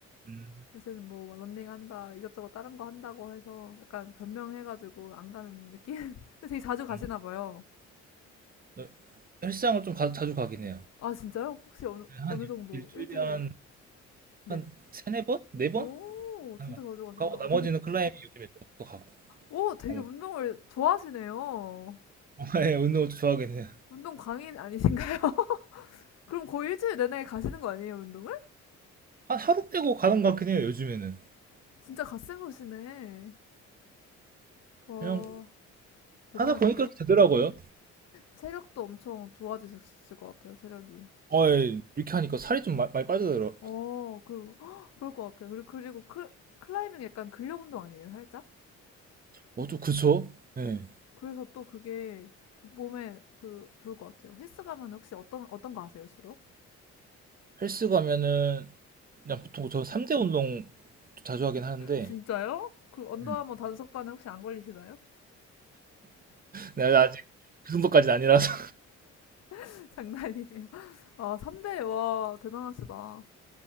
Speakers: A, on the right; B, on the left.
A: 음,
B: 요새는 뭐 런닝 한다 이것저것 다른 거 한다고 해서 약간 변명해가지고 안 가는 느낌. <laughs> 되게 자주 가시나
A: 음.
B: 봐요.
A: 네, 헬스장을 좀 가, 자주 가긴 해요.
B: 아 진짜요? 혹시 어느
A: 한
B: 어느 정도
A: 일주일에
B: 일주일에
A: 한,
B: 네.
A: 한 세네 번? 네 번?
B: 오
A: 하는
B: 진짜
A: 것 같아요.
B: 자주 가신다.
A: 가고
B: 어,
A: 나머지는
B: 되게
A: 클라이밍 요즘에 또 가고.
B: 오 되게
A: 나머지.
B: 운동을 좋아하시네요.
A: <laughs> 예, 운동 좋아하긴 해요.
B: 운동 광인 아니신가요? <laughs> 그럼 거의 일주일 내내 가시는 거 아니에요 운동을?
A: 하- 하루 빼고 가는 것 같긴 해요, 요즘에는.
B: 진짜 갓생 보시네. 와
A: 그냥
B: 대단하신데요?
A: 하다 보니까 이렇게 되더라고요.
B: 체력도 엄청 좋아지셨을 것 같아요, 체력이.
A: 어, 예, 이렇게 하니까 살이 좀 마- 많이 빠지더라고요.
B: 어, 그리고, 헉, <gasps> 그럴 것 같아요. 그리고, 그리고 클, 클라이밍 약간 근력 운동 아니에요, 살짝?
A: 어, 좀 그쵸? 예.
B: 그래서 또 그게 조- 몸에 그, 좋을 것 같아요. 헬스 가면 혹시 어떤, 어떤 거 아세요, 주로?
A: 헬스 가면은 그냥 보통 저는 3대 운동 자주 하긴 하는데
B: 진짜요? 그 언더아머
A: 음.
B: 단속반에 혹시 안 걸리시나요?
A: 나 아직 그 정도까지는 아니라서
B: <laughs> 장난이에요. 아, 3대, 와, 대단하시다. 와,